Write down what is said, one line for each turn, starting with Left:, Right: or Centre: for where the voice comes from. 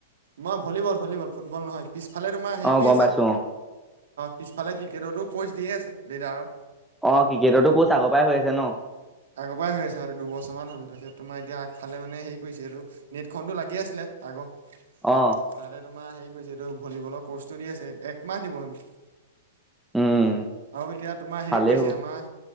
Right: মই ভলীবল, ভলীবল, ফুটবল নহয় পিছ ফালে তোমাৰ হেৰি,
Centre: অ'
Right: কৰি
Centre: গম
Right: আছে
Centre: পাইছো অ'
Right: পিছফালে ক্ৰিকেটতো কোচ দিয়ে আছে লেডাৰৰ।
Centre: অ' ক্ৰিকেটতো ক'চ আগৰ পৰাই হৈ আছে ন'।
Right: উপাই হৈ আছে আৰু দুবছৰমান হ'ল তাৰপিছত তোমাৰ এতিয়া আগফালে মানে হেৰি কৰিছে এইটো নেটখনটো লাগি আছিলে আগৰ
Centre: অ'
Right: <unintelligible> তাতে তোমাৰ হেৰি কৈছে, এইটো ভলীবলৰ কৰ্চটো দি আছে একমাহ দিব হেনো।
Centre: উম
Right: আৰু এতিয়া তোমাৰ হেৰিও
Centre: ভালেই
Right: কৰিছে,
Centre: হ'ব
Right: আমাৰ